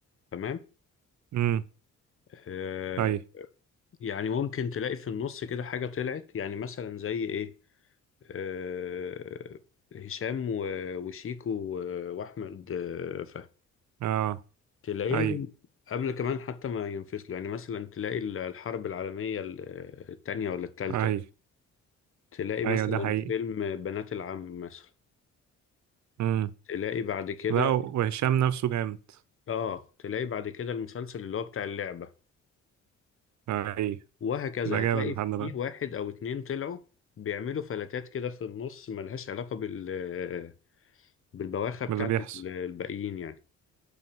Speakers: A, on the left; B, on the right.
A: تمام
B: امم
A: آه،
B: اي
A: يعني ممكن تلاقي في النص كده حاجة طلعت يعني مثلا زي ايه آه، هشام و- وشيكو و- وأحمد آه، فهمي
B: اه
A: تلاقيهم
B: اي
A: قبل كمان حتى ما ينفصلوا يعني مثلا تلاقي ال- الحرب العالمية ال- التانية ولا التالتة
B: اي
A: تلاقي مثلا
B: ايوه ده حقيقي
A: فيلم بنات العم مثلا
B: امم
A: تلاقي بعد كده
B: لا وهشام نفسه جامد
A: اه تلاقي بعد كده المسلسل اللي هو بتاع اللعبة
B: اي
A: وهكذا
B: ده جامد
A: هتلاقي في
B: لحد دلوقتي
A: واحد او اتنين طلعوا بيعملوا فلاتات كده في النص ملهاش علاقة بال بالبواخة بتاعت
B: من اللي بيحصل
A: ال- الباقيين يعني